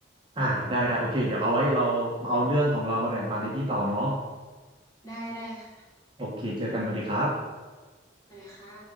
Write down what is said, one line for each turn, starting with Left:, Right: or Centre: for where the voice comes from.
Right: อ่าได้ได้โอเคเดี๋ยวเอาไว้เราเอาเรื่องของเรามาแบ่งปันให้พี่ต่อเนาะ
Left: ได้ได้ค่ะ
Right: โอเคเจอกันสวัสดีครับ
Left: ไปเลยค่ะ